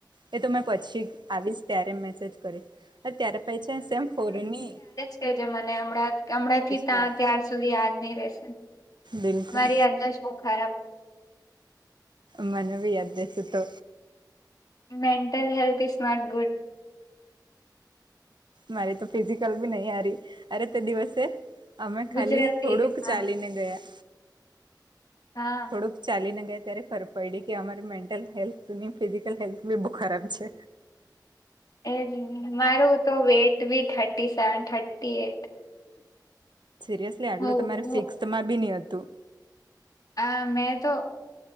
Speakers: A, on the right (about 80°); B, on the left (about 55°).
A: એ તો મેં પછી આવીશ ત્યારે મેસેજ કરીશ અને ત્યારે પછી સેમ ફોર‌ની
B: <unintelligible> હમણાંથી ત્યા
A: કેવા
B: ત્યાર સુધી યાદ નહી રશે.
A: બિલકુલ
B: મારી યાદ <unintelligible>
A: મને બી યાદ રહશે તો
B: mental health is not good
A: મારી તો ફિઝિકલ ભી નહી હારી અરે તે દિવસે અમે ખાલી
B: ગુજરાતી
A: થોડુંક
B: હા
A: ચાલીને ગયા
B: હા
A: થોડુંક ચાલીને ગાય ત્યારે ખબર પડી કે અમારી મેન્ટલ હેલ્થ બી ફિઝિકલ હેલ્થ બી બહુ ખરાબ છે.
B: એ જ મારું તો વેટ બી thirty seven thirty eight.
A: Seriously આટલું
B: હું
A: તમારે
B: હું
A: સિક્સ્થમાં બી નહી હતું.
B: આ મેં તો